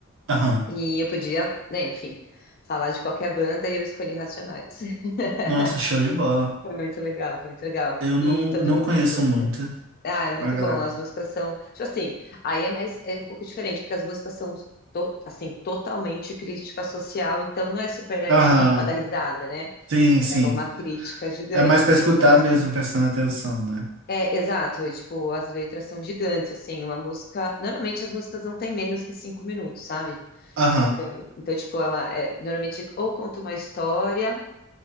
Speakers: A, on the right; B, on the left.
A: Aham.
B: E eu podia, né, enfim, falar de qualquer banda e eu escolhi Racionais. <laughs>
A: Nossa, show de bola.
B: Foi muito legal, foi muito legal.
A: Eu
B: E
A: não,
B: todo
A: não
B: mundo
A: conheço
B: gostou
A: muito
B: também. Ah, é muito
A: a galera.
B: bom. As músicas são, tipo assim, aí é mais é um pouco diferente, porque as músicas são to- assim, totalmente crítica social, então não é super levinha
A: Aham.
B: para dar risada, né?
A: Sim, sim.
B: É uma crítica gigante,
A: É mais pra
B: assim,
A: escutar
B: mas eu gosto
A: mesmo, prestando atenção, né?
B: é, exato, e, tipo, as letras são gigantes, assim, uma música, normalmente as músicas não têm menos que cinco minutos, sabe?
A: Aham.
B: Então, então tipo, ela é, normalmente ou conta uma história,